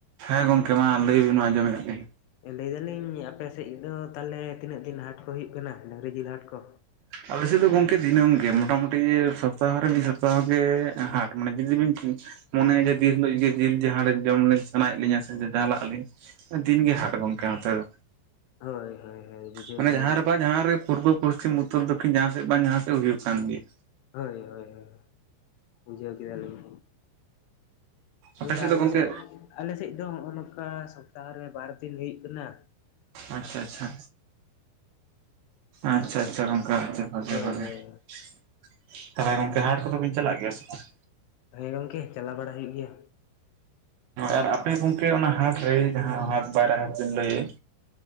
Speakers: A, on the right (about 75°); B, on the left (about 80°).
A: ᱦᱮᱸ ᱜᱚᱢᱠᱮ ᱢᱟ ᱞᱟᱹᱭᱵᱤᱱ ᱢᱟ ᱟᱡᱸᱚᱢᱮᱫᱼᱟ ᱞᱤᱧ᱾
B: ᱞᱟᱹᱭ ᱫᱟᱞᱤᱧ ᱟᱯᱮ ᱥᱮᱫ ᱫᱚ ᱛᱟᱦᱚᱞᱮ ᱛᱤᱱᱟᱹᱜ ᱫᱤᱱ ᱦᱟᱴ ᱠᱚ ᱦᱩᱭᱩᱜ ᱠᱟᱱᱟ ᱰᱟᱹᱝᱨᱤ ᱡᱤᱞ ᱦᱟᱴ ᱠᱚ?
A: ᱟᱞᱮ ᱥᱮᱫ ᱫᱚ ᱜᱚᱢᱠᱮ ᱫᱤᱱᱟᱹᱢ ᱜᱮ ᱢᱚᱴᱟᱢᱩᱴᱤ ᱥᱚᱯᱛᱟᱦᱚ ᱨᱮ ᱢᱤᱫ ᱥᱚᱯᱛᱟᱦᱚ ᱜᱮ ᱦᱟᱴ᱾ ᱢᱟᱱᱮ ᱡᱩᱫᱤ ᱵᱤᱱ ᱢᱚᱱᱮᱭᱮᱫᱟ ᱫᱤᱱ ᱦᱤᱞᱳᱜ ᱜᱮ ᱡᱤᱞ ᱡᱟᱦᱟᱸᱨᱮ ᱡᱚᱢ ᱥᱟᱱᱟᱭᱮᱫ ᱞᱤᱧᱟᱹ ᱥᱮ ᱪᱟᱦᱟᱞᱟᱜ ᱟᱞᱤᱧ ᱫᱤᱱ ᱜᱮ ᱦᱟᱴ ᱜᱚᱢᱠᱮ ᱱᱚᱛᱮ ᱫᱚ᱾
B: ᱦᱳᱭ ᱦᱳᱭ ᱦᱳᱭ ᱵᱩᱡᱷᱟᱹᱣ
A: ᱢᱟᱱᱮ
B: ᱠᱮᱫᱟᱞᱤᱧ
A: ᱡᱟᱦᱟᱸ ᱨᱮ ᱵᱟᱝ ᱡᱟᱦᱟᱸ ᱨᱮ ᱯᱩᱨᱵᱚ ᱯᱚᱥᱪᱤᱢ ᱩᱛᱛᱚᱨ ᱫᱚᱠᱷᱤᱱ ᱡᱟᱦᱟᱸ ᱥᱮᱫ ᱵᱟᱝ ᱡᱟᱦᱟᱸ ᱥᱮᱫ ᱦᱩᱭᱩᱜ ᱠᱟᱱ ᱜᱮᱭᱟ᱾
B: ᱦᱳᱭ ᱦᱳᱭ ᱦᱳᱭ ᱵᱩᱡᱷᱟᱹᱣ ᱠᱮ ᱫᱟᱞᱤᱧ,
A: ᱟᱯᱮ
B: ᱚᱝᱠᱟ ᱟᱞᱮ
A: ᱫᱚ ᱜᱚᱝᱠᱮ
B: ᱥᱮᱫ ᱟᱞᱮ ᱥᱮᱫ ᱫᱚ ᱦᱚᱜᱟᱜ ᱱᱚᱝᱠᱟ ᱥᱚᱯᱛᱟᱦᱚ ᱨᱮ ᱵᱟᱨ ᱫᱤᱱ ᱦᱩᱭᱩᱜ ᱠᱟᱱᱟ᱾
A: ᱟᱪᱪᱷᱟ ᱟᱪᱪᱷᱟ ᱟᱪᱪᱷᱟ ᱟᱪᱪᱷᱟ ᱚᱝᱠᱟ ᱵᱷᱟᱜᱮ
B: ᱦᱳᱭ
A: ᱵᱷᱟᱜᱮ
B: ᱦᱳᱭ
A: ᱛᱟᱦᱚᱞᱮ ᱜᱚᱢᱠᱮ ᱦᱟᱴ ᱠᱚᱫᱚ ᱵᱤᱱ ᱪᱟᱞᱟᱜ ᱜᱮᱭᱟ ᱥᱮ ᱵᱟᱝ?
B: ᱦᱮᱸ ᱜᱚᱝᱠᱮ ᱪᱟᱞᱟᱣ ᱵᱟᱲᱟ ᱦᱩᱭᱩᱜ ᱜᱮᱭᱟ᱾
A: ᱟᱨ ᱟᱯᱮᱦᱚ ᱜᱚᱢᱠᱮ ᱚᱱᱟ ᱦᱟᱴ ᱨᱮ ᱡᱟᱦᱟ ᱦᱟᱴ ᱵᱟᱨᱮ <unintelligible> ᱞᱟᱹᱭᱮᱫ